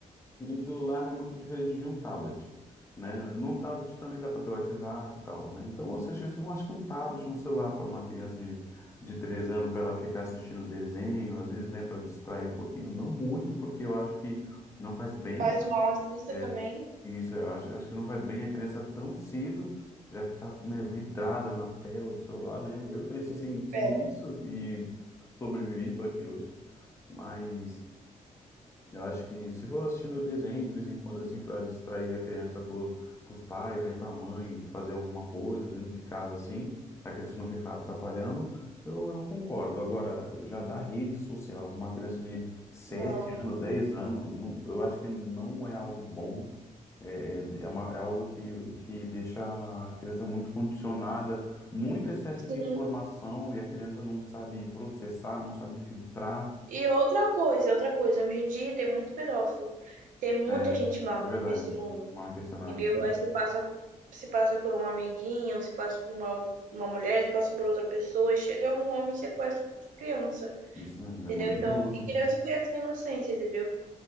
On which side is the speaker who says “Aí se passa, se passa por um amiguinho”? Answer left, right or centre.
Right